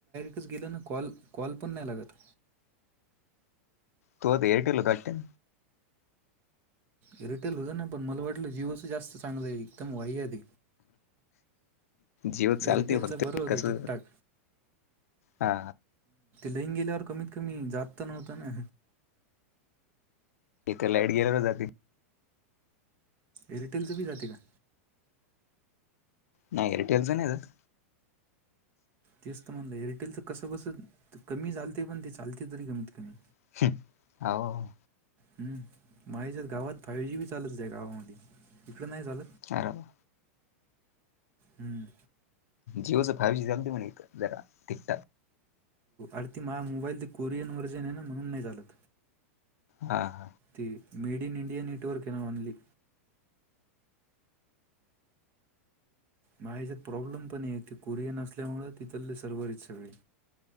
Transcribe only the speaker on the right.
केला ना कॉल पण नाही लागत
एअरटेल होत ना पण मला वाटलं जिओचं जास्त चांगलंय एकदम वाईट
एअरटेलचं
बरं होतं
ठीकठाक
रिंग केल्यावर कमीत कमी जात तर नव्हतं ना
एअरटेलच बी जाते का?
तेच तर म्हणलं एअरटेल तर कस कस कमी चालते पण ते चालते तरी कमीत कमी
हम् माझ गावात फायव जी बी चालत आहे गावामध्ये इकड नाही चालू
हम्म,
आयथींक माझा मोबाईल ते कोरियन वर्जन आहे ना म्हणून नाही चालत.
ते मेड इन इंडिया नेटवर्क ये ना ओनली, मग ह्याच्यात प्रॉब्लेम पण य,, कोरियन असल्यामुळे तिथले सर्वरच सगळे,,